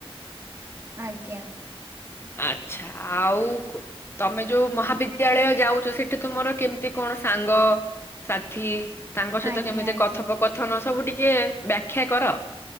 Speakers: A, on the right; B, on the left.
A: ଆଜ୍ଞା।
B: ଆଚ୍ଛା ଆଉ ତମେ ଯୋଉ ମହାବିଦ୍ୟାଳୟ ଯାଉଛ ସେଠି ତୁମର କେମିତି କଣ ସାଙ୍ଗ? ସାଥି ତାଙ୍କ ସହିତ
A: ଆଜ୍ଞା
B: କେମିତି
A: ଆଜ୍ଞା।
B: କଥପକଥନ ସବୁ ଟିକେ ବ୍ୟାଖ୍ୟା କର?